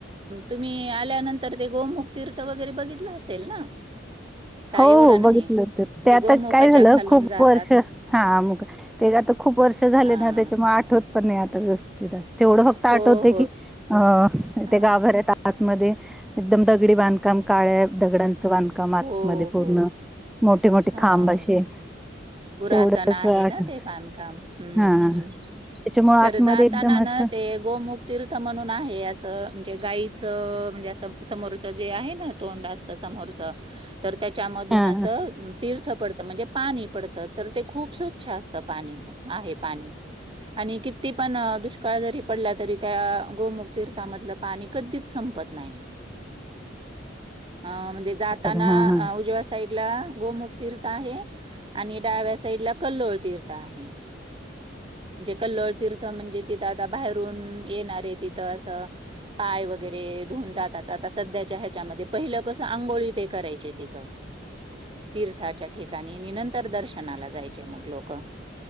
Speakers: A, on the right; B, in the centre.
A: तुम्ही आल्यानंतर गोमु तीर्थ वगरे बघित असेल ना काय
B: हो
A: एवढं
B: हो
A: नाही
B: बघितलं ते आता
A: गोमुखाच्या
B: काय झालं
A: खालून
B: खूप
A: जातात.
B: वर्ष हा मग ते आ खूप वर्ष झाले
A: हां.
B: ना त्याच्या मग आठवत पण नाही व्यवस्थित अस तेवढं फक्त
A: हो,
B: आठवते
A: हो.
B: की अ
A: हां.
B: ते गाभर येत मध्ये एकदम दगडी बांधकाम काळ्या दगडांचं बांधकाम मात
A: हो,
B: म पूर्ण
A: हो.
B: मोठे मोठे
A: हां.
B: खांब असे
A: पुरातन
B: तेवढंच
A: आहे
B: आठ
A: ना ते बांधकाम हम्मम्
B: हा त्याच्यामुळे
A: तर
B: आतमध्ये
A: जाताना
B: एकदम असं
A: ना ते गोमुख तीर्थ म्हणून आहे अस म्हणजे गाईीचं म्हणजे समोरचं जे आहे ना तोंड असत समोरचं तर त्याच्यामधून
B: हा
A: असं
B: हा
A: तीर्थ पडत म्हणजे पाणी पडतं तर ते खूप स्वच्छ असत पाणी आहे पाणी आणि किती पण दुष्काळ जरी पडला तरी त्या गोमुख तर्थामधलं पाणी कधीच संपत नाही अ म्हणजे जाताना
B: बरं हा हा
A: उजव्या साईडला गोमुख तिर्थ आहे आणि डाव्या साईडला कल्लोळ तीर्थ आहे म्हणजे कल्लोळ तीर्थ म्हणजे तिथं आता बाहेर ये तथ अस पाय वगरे ध जात सधच्या ह्याच्यामध्ये पहिलं कस आंघोळी ते करायचे तिथं तीर्थाच्या ठिकाणी निनंतर दर्शनाला जायचे मग लोक